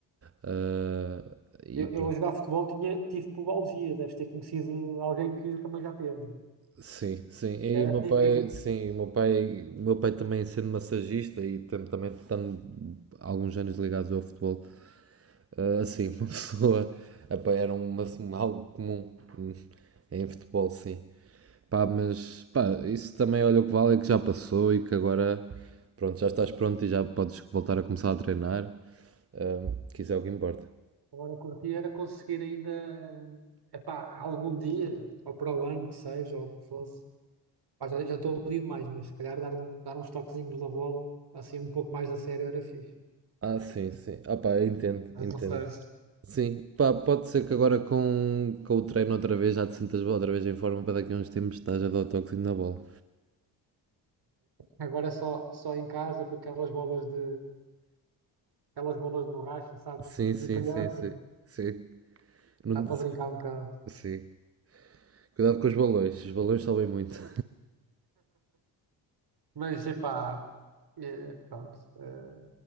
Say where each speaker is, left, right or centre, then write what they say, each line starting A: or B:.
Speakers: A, on the right; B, on the right.
A: Ah, e
B: Eu,
A: pronto.
B: eu a jogar futebol tinha, tive pubalgia, deves ter conhecido alguém que também já teve. não?
A: Sim, sim. E
B: Era
A: o meu
B: típico.
A: pai, sim, o meu pai, o meu pai também sendo massagista e tam- também estando alguns anos ligados ao futebol, ah, assim, <laughs> uma pessoa. Epá, era uma, uma- algo comum hum, em futebol, sim. Pá, mas pá, isso também olha o que vale é que já passou e que agora pronto, já estás pronto e já podes voltar a começar a treinar. Ahm, que isso é o que importa.
B: Agora curtir era conseguir ainda, epá, algum dia, ou para o ano que seja, ou o que fosse. Pá, já, já estou a pedir mais, mas se calhar dar, um, dar uns toquezinhos na bola, assim um pouco mais a sério era fixe.
A: Ah, sim, sim. Ah, pá, eu entendo,
B: Mas
A: entendo.
B: não sei.
A: Sim, pá, pode ser que agora com, com o treino outra vez já te sintas outra vez em forma para daqui a uns tempos estás a dar o toquezinho na bola.
B: Agora é só, só em casa com aquelas bolas de aquelas bolas de borracha, sabes?
A: Sim,
B: Tipo
A: sim,
B: de criança.
A: sim, sim. Sim. Não-
B: Dá para brincar um bocado.
A: sim. Cuidado com os balões, os balões sobem muito.
B: Mas, epá, é, pronto. eh,